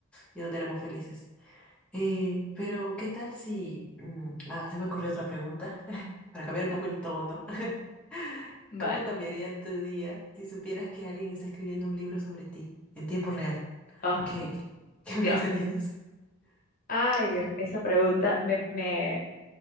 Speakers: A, in the centre; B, on the left.
A: y donde éramos felices. Eh, pero, ¿qué tal si... mm, ah, se me ocurrió otra pregunta, <laughs> para cambiar un
B: <laughs>
A: poco el tono. <laughs>
B: Vale.
A: ¿Cómo cambiaría tu día si supieras que alguien está escribiendo un libro sobre ti en tiempo real?
B: Oh,
A: ¿Qué, qué, <laughs> qué pensarías?
B: Dios. Ay, Dios, esa pregunta me, me,